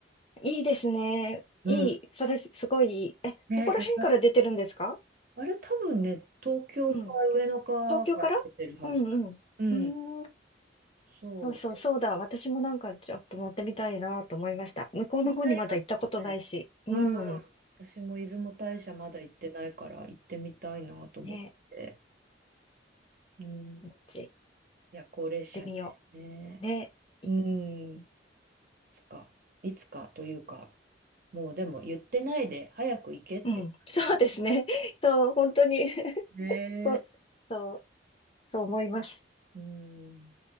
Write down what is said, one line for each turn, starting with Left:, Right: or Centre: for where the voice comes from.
Left: いいですね。
Right: うん。
Left: いい。それ、すごいいい。え、
Right: ね、
Left: そこら辺から出てるんですか
Right: 優あれ多分ね、東京か上野かから出てるはずだ。
Left: うん。東京からうんうん。
Right: うん。
Left: うーん。
Right: そう。
Left: そうそう、そうだ。私もなんかちょっと乗ってみたいなと思いました。向こうの方にまだ行ったことないし。
Right: 気になりますよね。
Left: うん。
Right: うん。私も出雲大社まだ行ってないから行ってみたいなと思ってて。
Left: ね
Right: うん。
Left: こっち行っ
Right: 夜行列車ね。
Left: てみよ
Right: ね。
Left: う。ねい
Right: うん。いつか、いつかというか、もうでも言ってないで早く行けって感じだ
Left: うん。そうですね。<laughs> そう、本当に <laughs>
Right: ね。
Left: こ、<laughs> そう、そう思います。
Right: うん。